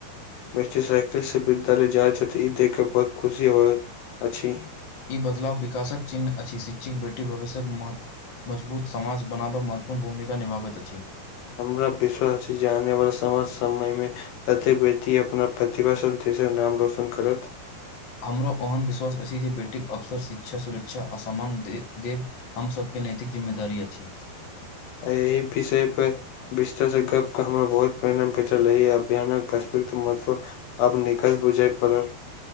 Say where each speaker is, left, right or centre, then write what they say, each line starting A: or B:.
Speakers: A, on the left; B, on the left.
A: बेटी साइकिल से विद्यालय जाइत छथि ई देख के बहुत खुशी होयत अछि।
B: ई बदलाव विकासक चिन्ह अछि शिक्षिक बेटी भविष्यक महत्व मजबूत समाज बनाबक महत्वपूर्ण भूमिका निभाबैत अछि।
A: हमरा विश्वास छै जे आने वाला सम समय मे प्रत्येक व्यकि अपना प्रतिभास शक्ति से नाम रौशन करत।
B: हमरो ओहन विश्वास अछि जे बेटीक अवसर शिक्षा सुरक्षा आ सामान दे देव हम सबके नैैतिक जिम्मेदारी अछि
A: अहि विषयपर विस्तर से गप क हमरा बहुत प्रेरणा <unintelligible> रहैया <unintelligible> महत्व आब निकल बुझै पड़ल